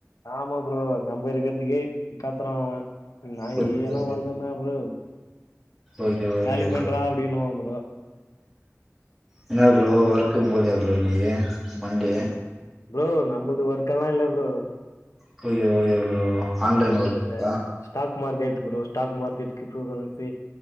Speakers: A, on the left; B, in the centre.
A: ஆமா ப்ரோ நம்ம இருக்கிறதுக்கே கத்துறாஅவ நாய்
B: புரியுது
A: கீயல்லா வளத்தனா ப்ரோ
B: ஓகே ஓகே
A: காலி பண்றா
B: ப்ரோ
A: அப்படின்னுவா ப்ரோ
B: என்ன ப்ரோ ஒர்க்க போலியா ப்ரோ இன்னைக்கு மண்டே
A: ப்ரோ நம்மளது ஒர்க்கெல்லா இல்ல ப்ரோ
B: புரியுது புரியுது ப்ரோ ஆன்லைன்
A: நம்மல்து
B: ஒர்க்குங்களா
A: இந்த stock market bro stock market cryptocurrency